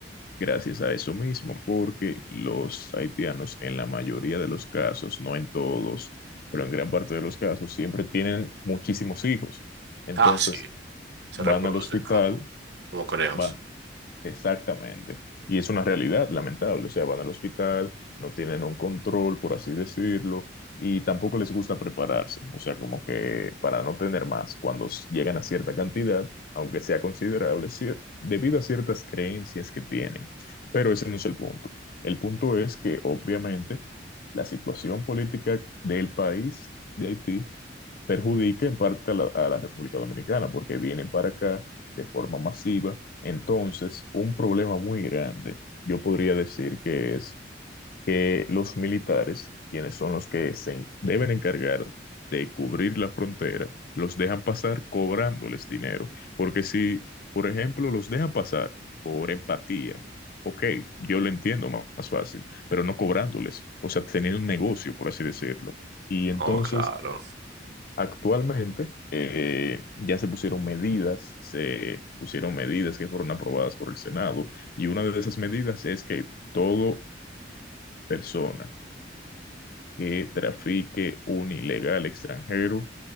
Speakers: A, on the left; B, on the right.
A: Gracias a eso mismo, porque los haitianos en la mayoría de los casos, no en todos, pero en gran parte de los casos, siempre tienen muchísimos hijos. Entonces
B: Ah, sí, se
A: van
B: reproducen
A: al hospital,
B: como, como conejos.
A: van Exactamente. Y es una realidad lamentable. O sea, van al hospital, no tienen un control, por así decirlo, y tampoco les gusta prepararse. O sea, como que para no tener más, cuando s- llegan a cierta cantidad, aunque sea considerable, cier- debido a ciertas creencias que tienen. Pero ese no es el punto. El punto es que, obviamente, la situación política del país de Haití perjudica en parte a la, a la República Dominicana, porque vienen para acá de forma masiva. Entonces, un problema muy grande, yo podría decir que es que los militares, quienes son los que se en- deben encargar de cubrir la frontera, los dejan pasar cobrándoles dinero. Porque si, por ejemplo, los dejan pasar por empatía, ok, yo lo entiendo ma- más, fácil, pero no cobrándoles, o sea, teniendo un negocio, por así decirlo. Y entonces
B: Oh, claro.
A: Actualmente eh, ya se pusieron medidas, se pusieron medidas que fueron aprobadas por el Senado y una de esas medidas es que toda persona que trafique un ilegal extranjero